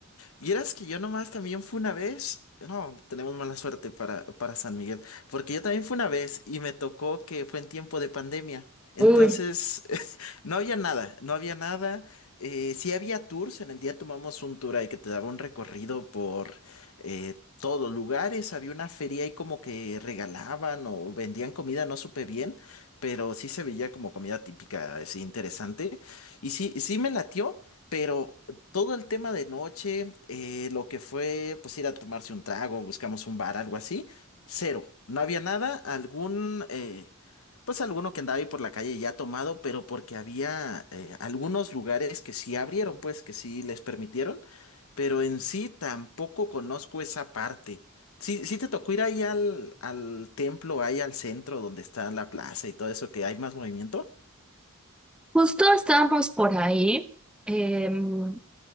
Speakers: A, on the left; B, in the centre.
A: Vieras que yo nomás también fui una vez. No, tenemos mala suerte para, para San Miguel. Porque yo también fui una vez y me tocó que fue en tiempo de pandemia. Entonces,
B: Uy,
A: <laughs> no había nada, no había nada. Eh, sí había tours, en el día tomamos un tour ahí que te daba un recorrido por eh, todos los lugares. Había una feria ahí como que regalaban o vendían comida, no supe bien. Pero sí se veía como comida típica, así interesante. Y sí, sí me latió, pero todo el tema de noche, eh, lo que fue pues ir a tomarse un trago, buscamos un bar, algo así, cero. No había nada, algún, eh, pues alguno que andaba ahí por la calle ya tomado, pero porque había eh, algunos lugares que sí abrieron, pues que sí les permitieron, pero en sí tampoco conozco esa parte. Sí, sí te tocó ir ahí al, al templo, ahí al centro donde está la plaza y todo eso, que hay más movimiento.
B: justo estábamos por ahí. em,